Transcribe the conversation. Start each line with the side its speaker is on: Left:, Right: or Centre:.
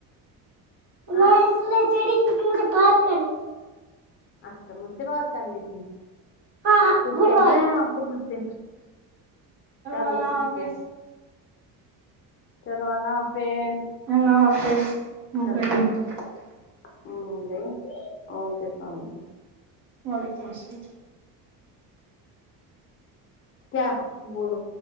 Left: ہاں
Right: میں اس لیے چڑھی کیونکہ مجھے بات کرنی تھی
Left: اچھا مجھ سے بات کرنی تھی
Right: تھی ہاں
Left: کچھ
Right: گڈ
Left: کہنا
Right: بائی
Left: ہے آپ کو مجھ سے چلو
Right: اللہ
Left: ٹھیک
Right: حافظ
Left: ہے چلو اللہ حافظ
Right: اللہ حافظ ہو
Left: چلو
Right: گئی
Left: اللہ حافظ ہوں گی اوکے اسلام علیکم
Right: وعلیکم اسلام
Left: کیا بولو